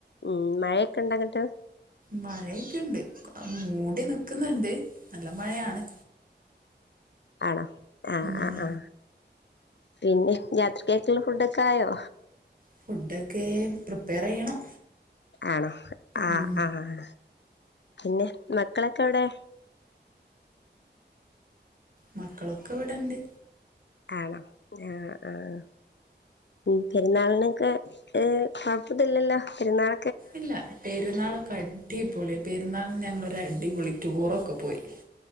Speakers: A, on the left (about 75°); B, on the right (about 50°).
A: ഉം മഴയൊക്കെ ഇണ്ടങ്ങട്ട്
B: മഴയൊക്കെുണ്ട് അ മൂടി നിക്കുന്നുണ്ട് നല്ല മഴയാണ്
A: ആണോ ആഹ്
B: ഉം
A: ആ് ആഹ പിന്നെ <unintelligible> ഉടുക്കായോ
B: ഫുഡൊക്കെ പ്രിപ്പയർ ചെയ്യണം
A: ആണോ ആഹ
B: ഉം
A: ആഹ പിന്നെ മക്കളൊക്കെ എവിടെ
B: മക്കളൊക്കെ ഇവിടണ്ട്
A: ആണോ ആ ആഹ് ഉ പെരുന്നാളിനൊക്കെ ഏ കൊഴപ്പല്ലല്ലോ പെരുന്നാൾ
B: ഇല്ല പെരുന്നാളൊക്കെ അടി പ പെരുന്നാൾ ഞങ്ങളൊരു അടി പൊളിക്ക ടൂറൊക്കെ പോയി